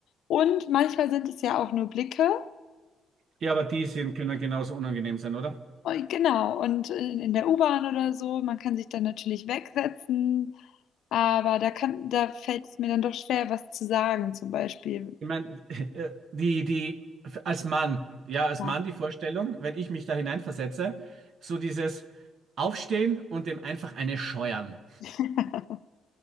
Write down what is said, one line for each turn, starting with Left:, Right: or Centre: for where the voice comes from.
Left: Und manchmal sind es ja auch nur Blicke.
Right: Ja, aber die sind, können genauso unangenehm sein, oder?
Left: Und, genau, und in, in der U-Bahn oder so, man kann sich dann natürlich wegsetzen, aber da kann, da fällt es mir dann doch schwer, was zu sagen, zum Beispiel.
Right: Ich meine, äh, die, die, als Mann, ja, als
Left: Ja.
Right: Mann die Vorstellung, wenn ich mich da hineinversetze, so dieses Aufstehen und dem einfach eine scheuern.
Left: <laughs>